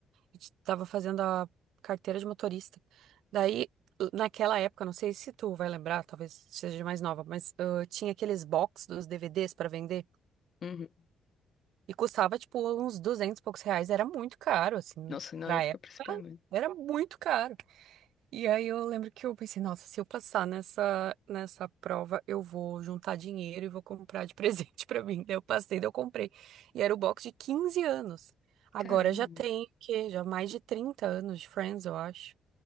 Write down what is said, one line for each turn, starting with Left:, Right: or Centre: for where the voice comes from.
Right: estava fazendo a carteira de motorista. Daí, naquela época, não sei se tu vai lembrar, talvez seja mais nova, mas ah, tinha aqueles box dos DVDs para vender
Left: uhum.
Right: e custava tipo uns 200 e poucos reais, era muito caro assim
Left: Nossa, na
Right: pra
Left: época
Right: época.
Left: principalmente.
Right: Era muito caro. E aí eu lembro que eu pensei, nossa, se eu passar nessa nessa prova, eu vou juntar dinheiro e vou comprar de <laughs> presente pra mim. Daí eu passei, daí eu comprei. E era o box de 15 anos. Agora
Left: Caramba.
Right: já tem, o quê? Já mais de 30 anos de Friends, eu acho.